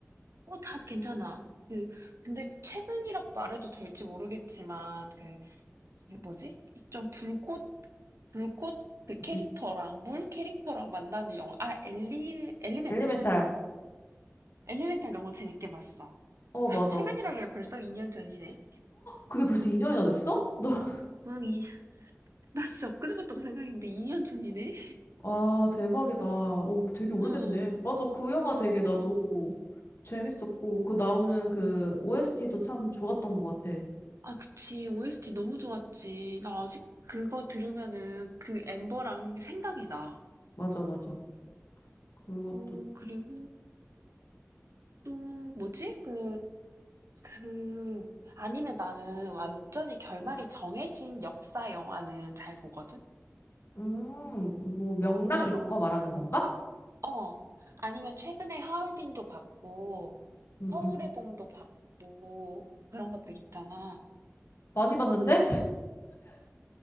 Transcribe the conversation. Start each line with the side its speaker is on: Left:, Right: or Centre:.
Right: 어, 다 괜찮아. 그 근데 최근이라고 말해도 될지 모르겠지만 그 그 뭐지? 좀 불꽃 불꽃 그 캐릭터랑
Left: 음,
Right: 물 캐릭터랑 만나는 영화. 아, 엘리 엘리멘탈.
Left: 엘리멘탈.
Right: 엘리멘탈 너무 재밌게 봤어.
Left: 어,
Right: 아,
Left: 맞아.
Right: 최근이라면
Left: 어?
Right: 벌써 2년 전이네.
Left: 그게 벌써 2년이나 됐어? 나
Right: 응, 이, 나 진짜 엊그제 봤다고 생각했는데 2년 전이네.
Left: 아, 대박이다. 오, 되게 오래됐네.
Right: 어...
Left: 맞아, 그 영화 되게 나도 재밌었고, 그 나오는 그 OST도 참 좋았던 것 같아.
Right: 아, 그치. OST 너무 좋았지. 나 아직 그거 들으면은 그 엠버랑 생각이 나.
Left: 맞아, 맞아. 그것도,
Right: 어, 그리고 또 뭐지? 그, 그, 아니면 나는 완전히 결말이 정해진 역사 영화는 잘 보거든?
Left: 음, 뭐, 명랑
Right: 응.
Left: 이런 거 말하는 건가?
Right: 어. 아니면 최근에 하얼빈도 봤고, 서울의
Left: 음, 음.
Right: 봄도 봤고, 그런 것들 있잖아.
Left: 많이 봤는데?